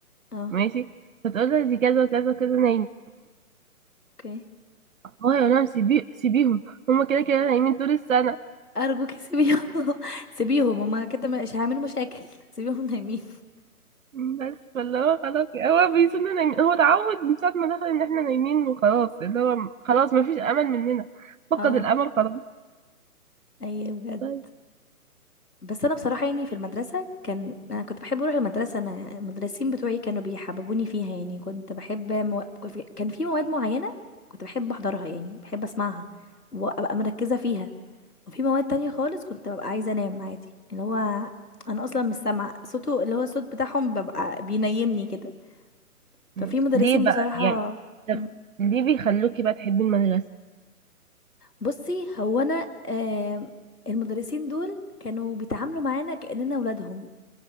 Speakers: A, on the left (about 90°); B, on the right (about 60°).
A: اه
B: ماشي فتقول له دي كذا وكذا وكذا نايمين
A: اوكي
B: هو يقول لهم سيبي سيبيهم هم كده كده نايمين طول السنه
A: ارجوك سيبيهم <laughs> سيبيهم هما كده مش هيعملوا مشاكل سيبيهم نايمين
B: بس فاللي هو خلاص هو بيسيبنا نايمين هو اتعود من ساعة ما دخل ان احنا نايمين وخلاص اللي هو خلاص مفيش امل مننا فقد
A: اه
B: الامل خلاص
A: ايوه بجد
B: بس
A: بس انا بصراحه يعني في المدرسه كان انا كنت بحب اروح المدرسه انا المدرسين بتوعي كانوا بيحببوني فيها يعني كنت بحب مو... كان في مواد معينه كنت بحب احضرها يعني بحب اسمعها وابقى مركزه فيها وفي مواد تانية خالص كنت ببقى عايزة انام عادي اللي هو انا اصلا مش سامعة صوته اللي هو الصوت بتاعهم ببقى بينيمني كده
B: مم.
A: ففي مدرسين
B: ليه بقى
A: بصراحة
B: يعني طب
A: مم.
B: ليه بيخلوكي بقى تحبي المدرسة
A: بصي هو انا آم، المدرسين دول كانوا بيتعاملوا معانا كأننا ولادهم